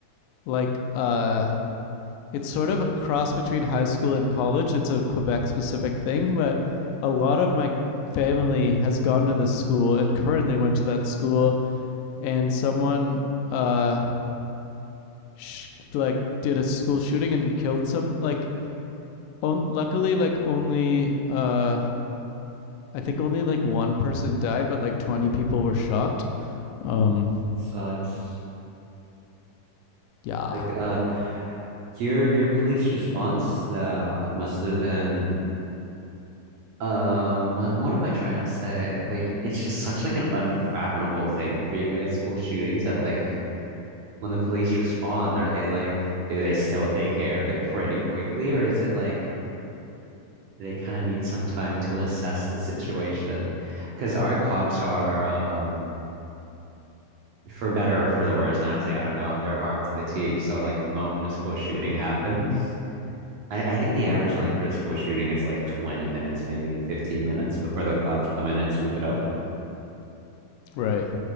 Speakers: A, on the left (about 85°); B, on the right (about 65°).
A: like uh, it's sort of a cross between high school and college. It's a Quebec specific thing, but a lot of my family has gone to this school and currently went to that school, and someone uh, sh- like did a school shooting and killed some like. On, luckily, like only uh, I think only like one person died, but like 20 people were shot. Um,
B: Sucks.
A: yeah.
B: Like uh your your police response though must have been Um, what what am I trying to say? Like, it's just such like an unfathomable thing for you guys, school shootings that like when the police respond, are they like do they still take care of it pretty quickly, or is it like they kind of need some time to assess the situation? Because our cops are um for better or for the worse, honestly, I don't know. They're armed to the teeth, so like the moment a school shooting happens, I, I think the average length for a school shooting is like 20 minutes, maybe 15 minutes before the cops come in and swoop it up.
A: Right.